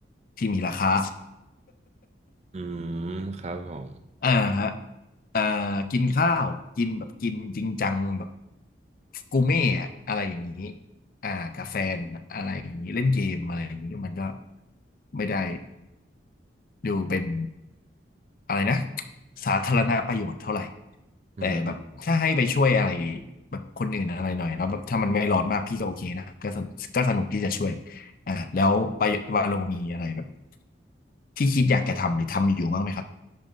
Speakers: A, on the left (about 50°); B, on the right (about 35°).
A: ที่มีราคา
B: อืมครับผม
A: อ่าฮะอ่ากินข้าวกินแบบกินจริงจังแบบกูเม่อะอะไรอย่างนี้อ่ากาแฟนอะไรอย่างนี้เล่นเกมอะไรอย่างนี้มันก็ไม่ได้ ดูเป็นอะไรนะสาธารณประโยชน์เท่าไหร่
B: อืม
A: แต่แบบถ้าให้ไปช่วยอะไรแบบคนอื่นอะไรหน่อยแล้วแบบถ้ามันไม่ร้อนมากพี่ก็โอเคนะก็สนก็สนุกที่จะช่วยอ่าแล้วไปวาโลมีอะไรแบบที่คิดอยากจะทำหรือทำอยู่บ้างไหมครับ